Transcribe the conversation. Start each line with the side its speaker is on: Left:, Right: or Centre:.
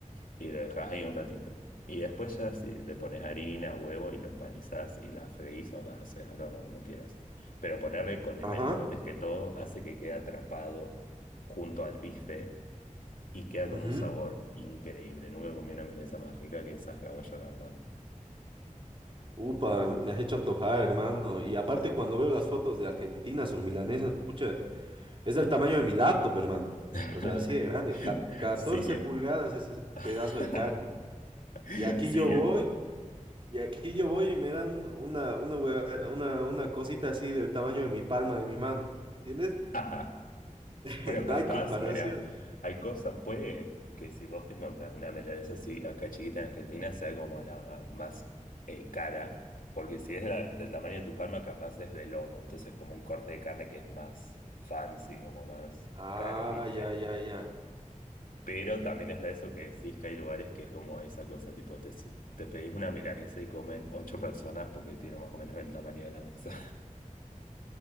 Left: y lo dejas ahí un ratito. Y después ya sí, le pones harina, huevo y lo empanizás y las freís o las haces al horno como quieras. Pero ponerle condimento
Right: Ajá.
Left: antes que todo hace que quede atrapado junto al bife y queda con
Right: ujú.
Left: un sabor increíble. Nunca comí una milanesa más rica que esas que hago yo, la verdad.
Right: Upa, me has hecho antojar, hermano. Y aparte, cuando veo las fotos de Argentina, sus milanesas, pucha, es del tamaño de mi laptop, hermano.
Left: <laughs>
Right: O sea, así de grande. ca- 14
Left: Sí, es.
Right: pulgadas es ese pedazo
Left: <laughs>
Right: de carne. Y aquí
Left: Sí,
Right: yo voy,
Left: es.
Right: y aquí yo voy y me dan una, una, hueva- una, una cosita así del tamaño de mi palma, de mi mano. ¿Entiendes?
Left: <laughs>
Right: <laughs>
Left: Bueno, capaz,
Right: No hay comparación.
Left: mira, hay cosas, puede que si vos te encontrás una milanesa así acá chiquita en Argentina sea como la más eh, cara, porque si es de la- del tamaño de tu palma, capaz es de lomo, entonces como un corte de carne que es más fancy, como más
Right: Ah,
Left: caro, ¿viste?
Right: ya, ya, ya.
Left: Pero también está eso que decís que hay lugares que es como esa cosa, tipo, te, te pedís una milanesa y comen ocho personas porque tiene más o menos el tamaño de la mesa.